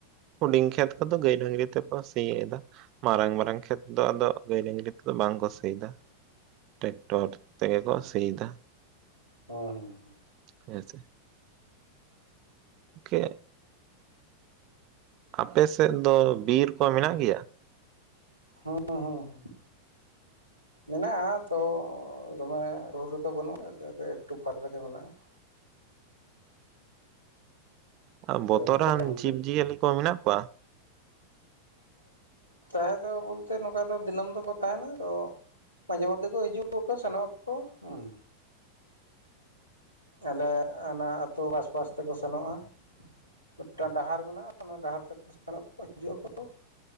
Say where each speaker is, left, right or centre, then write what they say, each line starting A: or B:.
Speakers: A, on the right (about 40°); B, on the left (about 90°).
A: ᱦᱩᱰᱤᱧ ᱠᱷᱮᱛ ᱠᱚᱫᱚ ᱜᱟᱹᱭ ᱰᱟᱹᱝᱨᱤ ᱛᱮᱠᱚ ᱥᱤᱭᱫᱟ ᱢᱟᱨᱟᱝ ᱢᱟᱨᱟᱝ ᱠᱷᱮᱛ ᱫᱚ ᱟᱫᱚ ᱜᱟᱹᱭ ᱰᱟᱹᱝᱨᱤ ᱛᱮᱫᱚ ᱵᱟᱝ ᱠᱚ ᱥᱤᱭᱫᱟ᱾ ᱴᱮᱠᱴᱚᱨ ᱛᱮᱜᱮ ᱠᱚ ᱥᱤᱭᱫᱟ᱾
B: ᱦᱩᱸ ᱦᱩᱸ ᱦᱩᱸ᱾
A: ᱦᱮᱸᱥᱮ? ᱜᱚᱝᱠᱮ ᱟᱯᱮ ᱥᱮᱫ ᱫᱚ ᱵᱤᱨ ᱠᱚ ᱢᱮᱱᱟᱜ ᱜᱮᱭᱟ?
B: ᱦᱩᱸ ᱦᱩᱸ ᱦᱩᱸ᱾
A: <unintelligible>
B: ᱢᱮᱱᱟᱜᱼᱟ ᱛᱚ ᱫᱚᱢᱮ ᱨᱩ ᱨᱮᱫᱚ ᱵᱟᱹᱱᱩᱜᱼᱟ ᱮᱠᱴᱩ ᱯᱷᱟᱨᱟᱠ ᱨᱮᱜᱮ ᱢᱮᱱᱟᱜᱼᱟ ᱾
A: ᱟᱨ ᱵᱚᱛᱚᱨᱟᱱ
B: ᱳᱭ ᱢᱚᱴᱟᱢᱩᱴᱤ
A: ᱡᱤᱵᱽ ᱡᱤᱭᱟᱹᱞᱤ ᱠᱚ ᱢᱮᱱᱟᱜ ᱠᱚᱣᱟ?
B: ᱛᱟᱦᱮᱸ ᱫᱚ ᱵᱚᱞᱛᱮ ᱱᱚᱝᱠᱟ ᱫᱚ ᱫᱤᱱᱟᱹᱢ ᱫᱚᱠᱚ ᱛᱟᱦᱮᱸᱱᱟ ᱛᱚ ᱢᱟᱡᱮ ᱢᱚᱫᱽᱫᱷᱮ ᱠᱚ ᱦᱤᱡᱩᱜ ᱟᱠᱚ ᱥᱮᱱᱚᱜ ᱟᱠᱚ, ᱦᱩᱸ ᱾ ᱟᱞᱮ ᱚᱱᱟ ᱟᱹᱛᱩ ᱵᱟᱥᱼᱵᱟᱥ ᱛᱮᱠᱚ ᱥᱮᱱᱚᱜᱼᱟ ᱾ ᱢᱤᱫᱴᱟᱝ ᱰᱟᱦᱟᱨ ᱢᱮᱱᱟᱜᱼᱟ ᱚᱱᱟ ᱰᱟᱦᱟᱨ ᱛᱮᱠᱚ ᱥᱮᱱᱚᱜ ᱟᱠᱚ ᱦᱤᱡᱩᱜ ᱟᱠᱚ ᱾